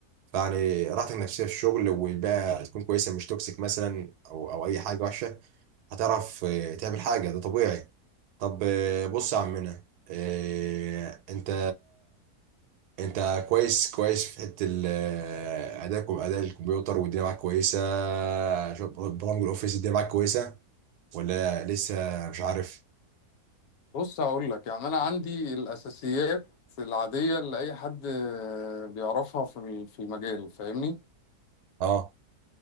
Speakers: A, on the right; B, on the left.
A: فيعني راحتك النفسية في الشغل والبيئة تكون كويسة مش توكسيك مثلا او او اي حاجة وحشة هتعرف آه، تعمل حاجة ده طبيعي طب آه، بص يا عمنا آه، انت انت كويس كويس في حته ال- ادائك واداء الكمبيوتر والدنيا معاك كويسه شو- برامج الاوفيس الدنيا معاك كويسه ولا لسه مش عارف
B: بص هقول لك يعني انا عندي الاساسيات العادية اللي اي حد آه، بيعرفها في في المجال فاهمني
A: اه